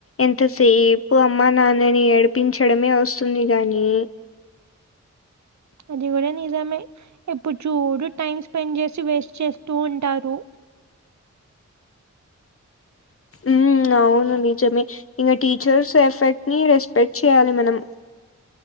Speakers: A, on the left; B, on the right.
A: ఎంతసేపు అమ్మ నాన్నని ఏడిపించడమే వస్తుంది గాని
B: అది కూడా నిజమే ఎప్పుడు చూడు టైమ్ స్పెండ్ చేసి వేస్ట్ చేస్తూ ఉంటారు
A: ఉమ్ అవును నిజమే ఇంగ టీచర్స్ ఎఫెక్ట్ని రెస్పెక్ట్ చేయ్యాలి మనం